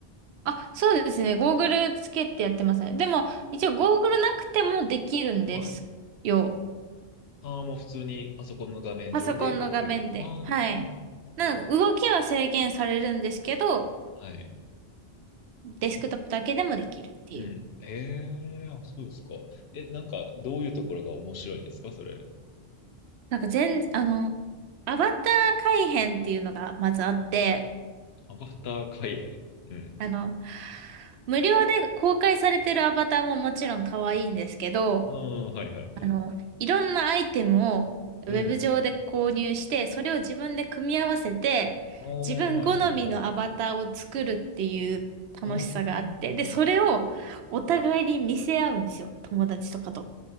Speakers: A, on the right; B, on the left.
A: あ、そうですね。ゴーグルつけてやってますね。でも、一応ゴーグルなくてもできるんですよ。
B: はい。ああ、もう普通にパソコンの画面上でできる。
A: パソコンの画面で。
B: あ
A: はい。
B: あ、なるほど。
A: なん動きは制限されるんですけど、
B: はい。
A: デスクトップだけでもできるっていう。
B: うん。ええーあ、そうですか。え、なんか、どういうところが面白いんですか、それ。
A: なんか全、あの、アバター改変っていうのがまずあって、
B: アバター改変。うん。
A: あの、無料で公開されてるアバターももちろん可愛いんですけど、
B: うん、はいはいはい。
A: あの、いろんなアイテムをウェブ上で購入して、
B: うん。
A: それを自分で組み合わせて、
B: ああ、
A: 自分好みのアバターを作るっていう楽しさがあって、
B: はいはいはいはい。うーん。
A: で、それをお互いに見せ合うんですよ。友達とかと。